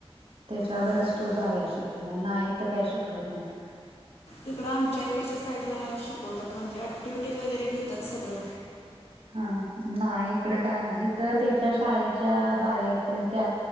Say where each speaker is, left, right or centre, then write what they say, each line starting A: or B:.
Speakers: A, on the right (about 70°); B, on the left (about 75°).
A: त्याच्यावरच
B: हां हां
A: तो झालाय शिक नाही तर काय शिकवत नाहीत.
B: इकडं आमच्या इकडच्या साईडला शिकवतात. म्हणजे ॲटिव्हटीज वगैर घेतात सळं
A: हा नाही इकडं काय नाही इथं त्याच्या शाळेच्या बाई आहेत क नाही त्या